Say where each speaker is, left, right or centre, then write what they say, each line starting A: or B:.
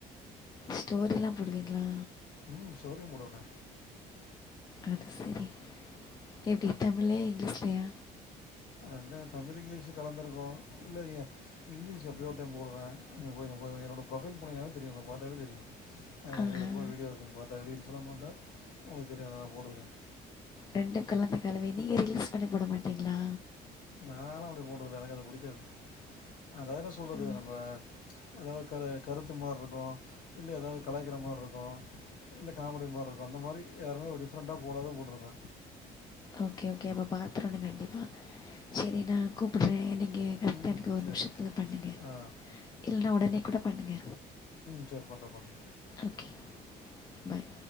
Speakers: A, on the left; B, on the left.
A: ஸ்டோரிலா போடுவிங்களா
B: ம் ஸ்டோரியு போடுவனே
A: அது சரி எப்டி தமிழ்லயா இங்கிலீஷ்லயா
B: ரெண்டு தமிழ் இங்கிலீஷ் கலந்திருக்கு இல்லய இங்கிலீஷ் எப்பயோ ஒருடைம் போடுவ நீங்க என்னோட ப்ரொஃபைல் போனீங்னாவே தெரியு பாத்தாவே தெரியு ஏன்னா நா
A: ஆஹா
B: வீ வீடியோ இருக்குன்னு பாத்தா ரீல்ஸ் எல்லா பாத்தா உங்களுக்கு தெரிய நா போட்டுருக்கேன்
A: ரெண்டு கலந்த கலவை நீ ரீல்ஸ் பண்ணி போட மாட்டிங்களா
B: நால அப்டி போட்றதுல்ல எனக் அது புடிகாது அதா என்ன சொல்றது
A: ம்
B: நம்ப எதா கருத்து மாரி இருக்கு இல்ல எதா கலைக்கிற மாரி இருக்கு இல்ல காமடி போட்றது அந்த மாரி யாருமே டிஃப்ரெண்டா போடாது போட்ருப்ப
A: ஓகே ஓகே அப்ப பாத்தரனு கண்டிப்பா செரி நா கூப்பட்றே நீங்க கரெக்டா
B: ம்
A: எனக் ஒரு
B: சரி
A: நிமிஷத்ல பண்ணுங்க
B: ஆ
A: இல்லனா ஒடனே கூட பண்ணுங்க
B: சேரி பண்ற பண்ற
A: ஓகே பாய்